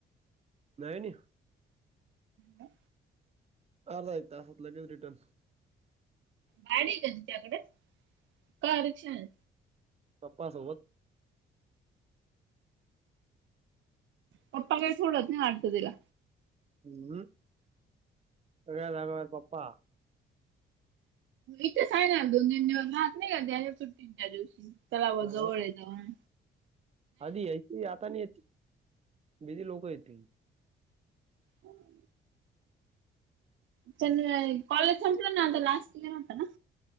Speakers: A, on the right; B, on the right.
A: नाही.
B: काय?
A: अर्ध एक तासात लगेच रिटर्न
B: गाडी का तिच्याकडे? का रिक्षान?
A: पप्पा सोबत
B: पप्पा काही सोडत नाही वाटत तुला?
A: हं सगळ्या जागेवर पप्पा
B: इथंच आहे ना दोन तीन दिवस राहत नाही का सुट्टीच्या दिवशी तलाव
A: हा.
B: जवळ आहे जावून
A: आधी यायची आता नाही येत. बिजी लोक येत ती.
B: हं! त्यान कॉलेज संंपल ना आता लास्ट ईअर होत ना